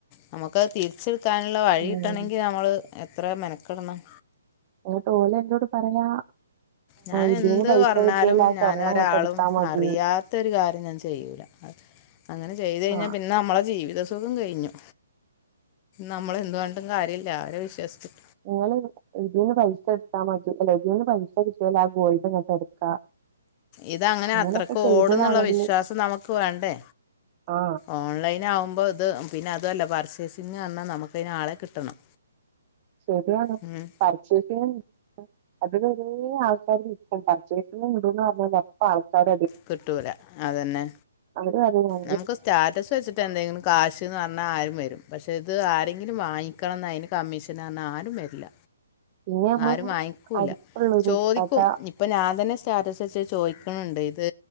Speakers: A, on the left (about 25°); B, on the right (about 30°).
A: നമുക്കത് തിരിച്ചെടു എടുക്കാനുള്ള വഴി
B: ഉം
A: കിട്ടണമെങ്കിൽ നമ്മൾ എത്ര മെനക്കിടണം
B: <inaudible> പോലെ എന്നേട് പറയാ
A: ഞാൻ
B: ഇതിന്ന്
A: എന്ത്
B: പൈസ
A: പറഞ്ഞാലും
B: കിട്ടിയാൽ ആ സ്വർണ്ണം
A: ഞാൻ ഒരാളും
B: ഇങ്ങട്ട് എടുത്താ മതി
A: അറിയാത്ത ഒ ഒരു കാര്യം ഞാൻ ചെയുലാ അത് അങ്ങനെ ചെയ്ത് കഴിഞ്ഞാ
B: ആഹ്
A: പി നമ്മളുടെ ജീവിതസുഖം കഴിഞ്ഞു നമ്മളെ എന്തുപറഞ്ഞാണ്ടും കാര്യമില്ല ആരും വിശ്വസിക്കും
B: നിങ്ങള ഇ ഇതിന്ന് പൈസ എടുത്താൽ മതി അല്ല ഇതിന്ന് പൈസ കിട്ടിയാൽ ആ ഗോൾഡ് അങ്ങട്ട എടുക്കാ
A: ഇതങ്ങനെ
B: അങ്ങനെയൊക്കെ
A: അത്രക്ക്
B: ചെയ്തതാണെങ്കില്
A: ഓടന്നുള്ള വിശ്വാസം നമുക്ക് വേണ്ടേ
B: ആഹ്
A: ഓൺലൈൻ ആകുമ്പോൾ ഇത് പിന്നെ അതല്ല പർച്ചേസിങ് പറഞ്ഞാൽ നമുക്കന് ആളെ കിട്ടണം
B: ശരിയാണ്
A: ഉം.
B: പർച്ചേസ് ചെയ്യാൻ അതകഴിഞ്ഞു ആൾക്കാര് നിക്കാണം പർച്ചേസ് ഈ വീടന്ന് പറഞ്ഞ മൊത്ത ആൾക്കാര
A: കിട്ടൂല അതു തന്നെ
B: അവര് അറിഞ്ഞു
A: നമുക്ക് സ്റ്റാറ്റസ് വച്ചിട്ട് എന്തെങ്കിലും കാശ് <inaudible> പറഞ്ഞാൽ ആരും വരും പക്ഷെ ഇത് ആരെങ്കിലും വാങ്ങിക്കണംമെന്ന് അതിന് കമ്മീഷൻ പറഞ്ഞാൽ ആരും വരില്ല
B: പിന്നെ നമ്മള്
A: ആരും വാങ്ങിക്കൂല്ല
B: അടുത്തുള്ളൊരു
A: ചോദിക്കും
B: ഇത്താത്ത
A: ഇപ്പം ഞാൻ തന്നെ സ്റ്റാറ്റസ് വെച്ച് ചോദിക്കുന്നുണ്ട് ഇത്